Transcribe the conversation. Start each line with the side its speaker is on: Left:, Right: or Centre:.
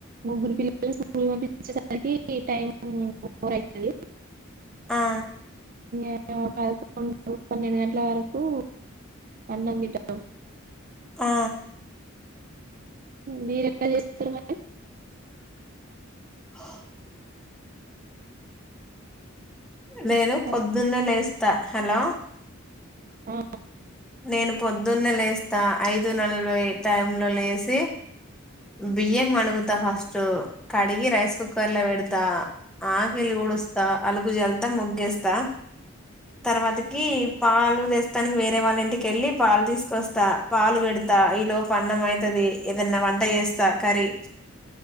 Right: ముగ్గురు పిల ముగ్గురు పంపీచ్చచ్చేసరికి టైమ్ అయితది
Centre: ఆ
Right: అ పదకండు పన్నెండు గంటల వరకు అన్నం తింటాం
Centre: ఆ
Right: మీరు ఎలా చేస్తారు మరి
Centre: ఓ నేను పొద్దున్నే
Right: అలా
Centre: లేస్త హలో
Right: ఆ
Centre: నేను పొద్దున్నే లేస్తా ఐదు నలబై టైం లో లేసి బియ్యం వణగుతా ఫస్ట్ కడిగి రైస్ కుక్కర్ లో పెడతా వాకిలి డుస్తా అలుగు జల్తా ముగ్గేస్తా తర్వాతకి పాలు దస్తానికి వేరే వాళ్ళ ఇంటికిెళ్ళి పాలు తీసుకొస్తా పాలు పెడతా ఈ లో పన్నం అయితది ఏదన్నా వంట వంట చేస్తా కర్రీ